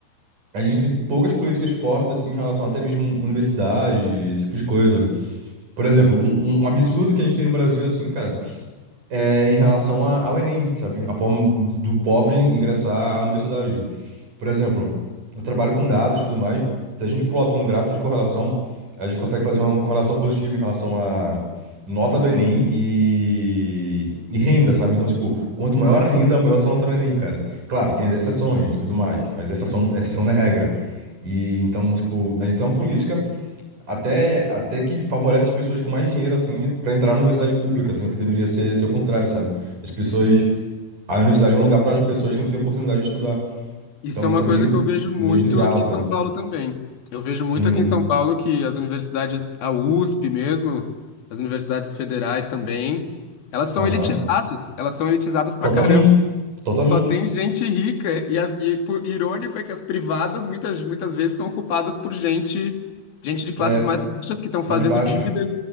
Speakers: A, on the right; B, on the left.
A: a gente tem poucas políticas fortes, assim, em relação até mesmo universidade, esse tipo de coisa. Por exemplo, um, um um absurdo que a gente tem no Brasil, assim, cara, é em relação a- ao Enem, sabe? A forma do pobre ingressar à universidade. Por exemplo, eu trabalho com dados e tudo mais. Se a gente plota um gráfico de correlação, a gente consegue fazer uma correlação positiva em relação à nota do Enem e, e renda, sabe? Então, tipo, quanto maior a renda, maior sua nota no Enem, cara. Claro, tem as exceções e tudo mais, mas exceção, exceção não é regra. E então, tipo, a gente tem uma política. Até, até que favorece as pessoas com mais dinheiro, assim, pra entrar na universidade pública, sendo que deveria ser, ser o contrário, sabe? As pessoas. A universidade é um lugar para as pessoas que não têm oportunidade de estudar.
B: Isso
A: Então
B: é
A: isso
B: uma
A: é
B: coisa
A: meio,
B: que eu vejo muito
A: meio bizarro,
B: aqui em
A: sabe?
B: São Paulo também. Eu vejo
A: Sim.
B: muito aqui em São Paulo que as universidades, a USP mesmo, as universidades federais também, elas são
A: Aham.
B: elitizadas. Elas são elitizadas
A: Totalmente.
B: pra caramba.
A: Totalmente.
B: Só tem gente rica e, as, e por, irônico é que as privadas muitas, muitas vezes são ocupadas por gente, gente de classes
A: É,
B: mais baixas que estão
A: mais
B: fazendo
A: baixos.
B: dívidas,